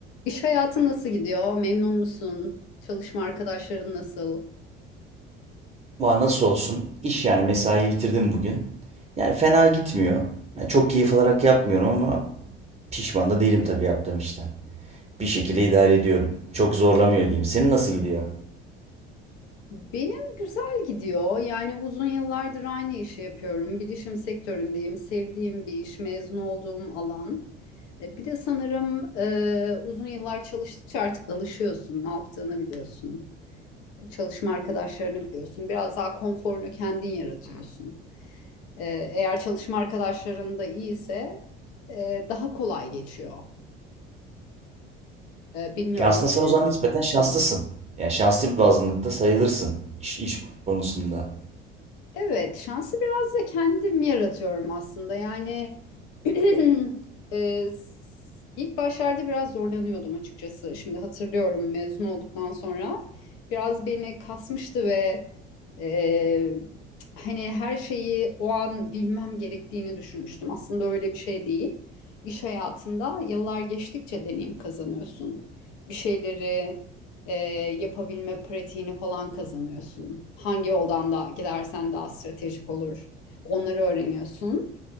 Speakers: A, on the left (about 60°); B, on the right (about 20°).
A: İş hayatı nasıl gidiyor? Memnun musun? Çalışma arkadaşların nasıl?
B: Ama nasıl olsun? İş yani mesai bitirdim bugün. Yani fena gitmiyor. Yani çok keyif alarak yapmıyorum ama pişman da değilim tabii yaptığım işten. Bir şekilde idare ediyorum. Çok zorlamıyor diyeyim. Senin nasıl gidiyor?
A: Benim güzel gidiyor. Yani uzun yıllardır aynı işi yapıyorum. Bilişim sektöründeyim. Sevdiğim bir iş, mezun olduğum alan. E, Bir de sanırım e, uzun yıllar çalıştıkça artık alışıyorsun. Ne yaptığını biliyorsun. Çalışma arkadaşlarını biliyorsun. Biraz daha konforunu kendin yaratıyorsun. E, eğer çalışma arkadaşların da iyiyse e, daha kolay geçiyor. E, bilmiyorum
B: Ya aslında sen
A: senin.
B: o zaman nispeten şanslısın. Yani şanslı bir azınlıkta sayılırsın iş, iş konusunda.
A: Evet, şansı biraz da kendim yaratıyorum aslında. Yani <clears throat> e, s- ilk başlarda biraz zorlanıyordum açıkçası. Şimdi hatırlıyorum mezun olduktan sonra biraz beni kasmıştı ve ee, hani her şeyi o an bilmem gerektiğini düşünmüştüm. Aslında öyle bir şey değil. İş hayatında yıllar geçtikçe deneyim kazanıyorsun. Bir şeyleri e, yapabilme pratiğini falan kazanıyorsun. Hangi yoldan da gidersen daha stratejik olur. Onları öğreniyorsun.